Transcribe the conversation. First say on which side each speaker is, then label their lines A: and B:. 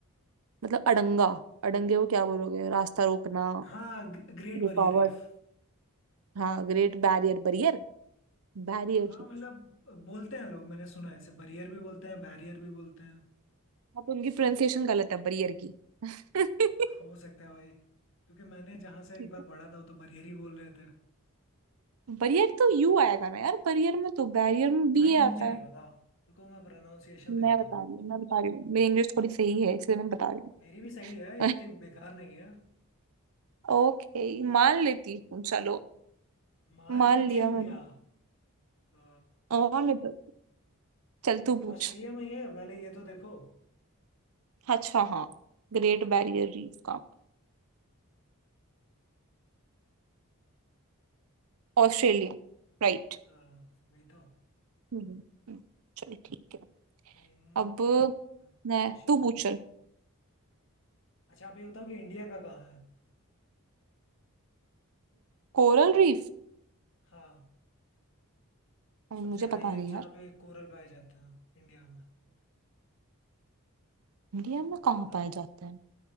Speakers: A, on the right (about 75°); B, on the left (about 60°).
A: मतलब अड़ंगा अड़ंगे को क्या बोलोगे रास्ता रोकना
B: हाँ ग्रेट
A: रुकावट
B: बैरियर रीफ
A: हाँ great barrier barrier barrier
B: हाँ
A: reef
B: मतलब बोलते हैं लोग मैंने सुना है ऐसे बैरियर भी बोलते हैं बैरियर भी बोलते हैं
A: अब उनकी प्रोनाउंसिएशन गलत है बरियर की <laughs> ठीक
B: हो सकता है भाई क्योंकि मैंने जहाँ से
A: है
B: एक बार पढ़ा था वो तो बैरियर ही बोल रहे थे
A: बरियर तो यू आएगा ना यार बरियर में तो बैरियर में बी
B: भाई मुझे
A: आता है
B: नहीं पता रुको मैं प्रोनाउंसिएशन देखता
A: मैं बता
B: हूँ
A: रही हूँ मैं बता रही हूँ मेरी इंग्लिश थोड़ी सही है इसलिए मैं बता रही
B: मेरी भी सही है
A: हूँ
B: इतनी बेकार नहीं है
A: <laughs> ओके मान लेती हूँ चलो
B: मान
A: मान
B: लेती
A: लिया
B: हूँ
A: मैंने
B: क्या अ,
A: और नहीं तो चल तू पूछ
B: ऑस्ट्रेलिया में ही है पहले ये तो देखो
A: अच्छा हाँ ग्रेट बैरियर रीफ का ऑस्ट्रेलिया राइट
B: अ, वही तो
A: हम्म चल ठीक है
B: इन
A: अब
B: प्रोनाउंसिएशन
A: मैं तू पूछ चल
B: अच्छा आप ये बताओ कि इंडिया का कहाँ है
A: Coral reef
B: हाँ
A: अरे
B: सबसे
A: मुझे पता
B: हाईएस्ट
A: नहीं
B: जहाँ
A: यार
B: पे कोरल पाए जाते हैं इंडिया में
A: इंडिया में
B: बताओ
A: कहाँ
B: बताओ
A: पाया जाता है